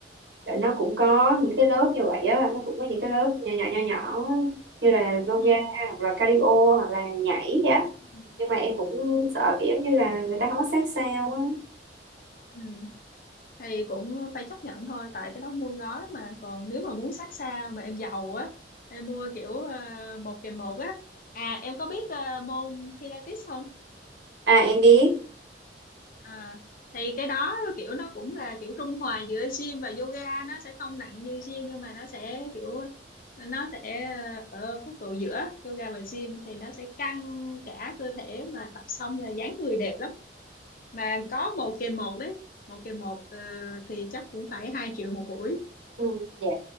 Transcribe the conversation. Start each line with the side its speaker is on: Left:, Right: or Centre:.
Right: là nó cũng có những cái lớp như vậy á nó cũng có những cái lớp nhỏ nhỏ nhỏ nhỏ á, như là yoga
Left: Ừ.
Right: hoặc là cardio hoặc là nhảy vậy á
Left: Ừ.
Right: nhưng mà em cũng
Left: Ừ.
Right: sợ kiểu giống như là người ta không có sát sao á
Left: Ừ. thì cũng phải chấp nhận thôi tại cái đó mua gói mà còn nếu mà muốn sát xa mà em giàu á em mua kiểu ờ, một kèm một á à em có biết ờ, môn Pilates không
Right: à em biết
Left: À, thì cái đó kiểu nó cũng là kiểu trung hòa giữa gym và yoga nó sẽ không nặng như gym nhưng mà nó sẽ kiểu nó sẽ ờ, ở mức độ giữa yoga và gym thì nó sẽ căng cả cơ thể mà tập xong là dáng người đẹp lắm mà có một kèm một đấy một kèm một ờ, thì chắc cũng phải hai triệu một buổi
Right: Ừ, Dạ